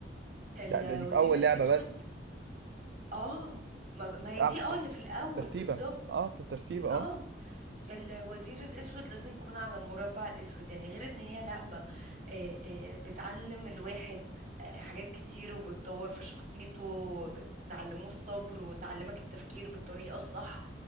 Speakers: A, on the right; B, on the right.
A: الوزير
B: لا ده دي في اول
A: الاسود
B: لعبه بس
A: اه ما ما هي
B: أف
A: دي اه
B: أف
A: اللي في الاول
B: ترتيبة
A: بالظبط
B: اه في الترتيبة اه
A: اه الوزير الاسود لازم يكون على المربع الاسود يعني غير ان هي لعبة آه، آه، بتعلم الواحد آه، حاجات كتير وبتطور في شخصيته وبتعلمه الصبر وتعلمك التفكير بالطريقة الصح